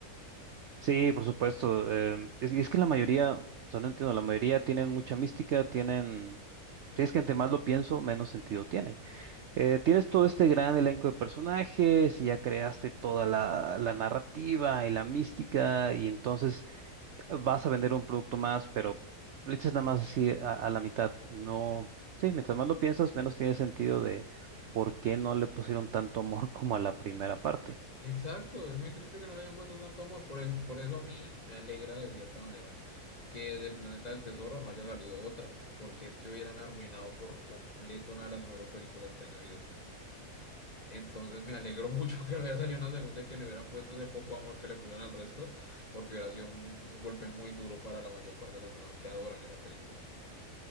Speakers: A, on the right; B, on the left.
A: Sí, por supuesto. em, es, y es que la mayoría, o sea, no entiendo, la mayoría tienen mucha mística, tienen. si Es que entre más lo pienso, menos sentido tiene. Eh, tienes todo este gran elenco de personajes y ya creaste toda la, la narrativa y la mística, y entonces vas a vender un producto más, pero le echas nada más así a, a la mitad. No, sí, mientras más lo piensas, menos tiene sentido de por qué no le pusieron tanto amor <laughs> como a la primera parte.
B: Exacto, es muy triste que no le hayan puesto tanto amor. Por eso, por eso a mí me alegra de cierta manera que del Planeta del Tesoro no haya salido otra, porque es que hubieran arruinado por completo una de las mejores películas que han habido. Entonces me alegro mucho <laughs> que no haya salido una segunda y que le hubieran puesto ese poco amor que le pusieron al resto, porque hubiera sido un, un golpe muy duro para la mayor parte de las personas que adoran esa película.